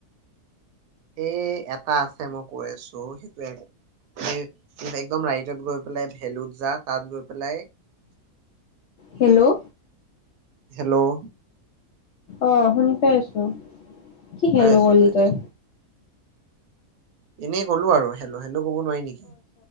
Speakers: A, on the right; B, on the left.
A: এ এটা আছে মই কৈ আছো সেইটোে একদম ৰাইটত গৈ পেলাই ভেলুত যা তাত গৈ পেলাই
B: হেল্ল'
A: হেল্ল'
B: আহ শুনি পাই আছো কি খেলো
A: পাই আছো
B: কলি
A: পাই
B: তই
A: আছো এনেই ক'লো আৰু হেলো হেলো ক'ব নোৱাৰি নেকি